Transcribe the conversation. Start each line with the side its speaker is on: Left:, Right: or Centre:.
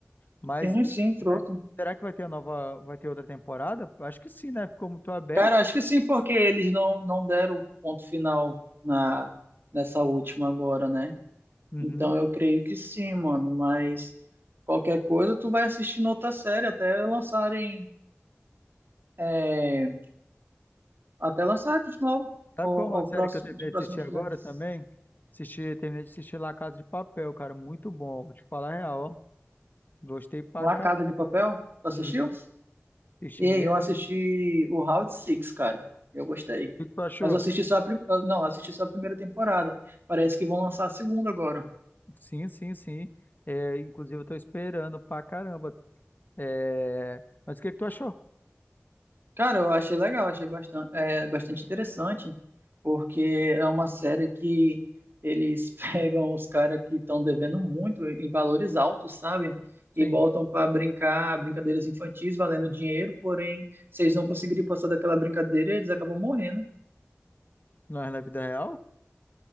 Left: Mas
Right: Sim,
Left: enfim,
Right: sim, trouxe.
Left: né? Será que vai ter a nova, vai ter outra temporada? Acho que sim, né? Ficou muito aberto.
Right: Cara, acho que sim, porque eles não, não deram o ponto final na, nessa última agora, né?
Left: Uhum.
Right: Então eu creio que sim, mano, mas qualquer coisa tu vai assistindo outra série até lançarem, é, até lançarem de novo
Left: Sabe
Right: o,
Left: qual é uma
Right: o
Left: série
Right: próximo,
Left: que eu terminei
Right: os próximos
Left: de assistir agora
Right: filmes.
Left: também? Assisti, terminei de assistir La Casa de Papel, cara. Muito bom. Vou te falar a real, ó. Gostei pra
Right: La
Left: caramba.
Right: Casa de Papel, tu
Left: Uhum.
Right: assistiu?
Left: Assisti
Right: E
Left: mesmo.
Right: aí, eu assisti o Round Six, cara, eu gostei.
Left: O que tu achou?
Right: Mas eu assisti só a, prim- não, eu assisti só a primeira temporada, parece que vão lançar a segunda agora.
Left: Sim, sim, sim. É, inclusive, eu tô esperando pra caramba. É, Mas o que que tu achou?
Right: Cara, eu achei legal, achei bastante, é, bastante interessante, porque é uma série que eles <laughs> pegam os caras que estão devendo muito em valores altos, sabe?
Left: Sim.
Right: E botam para brincar brincadeiras infantis valendo dinheiro, porém, se eles não conseguirem passar daquela brincadeira, eles acabam morrendo.
Left: Não é na vida real?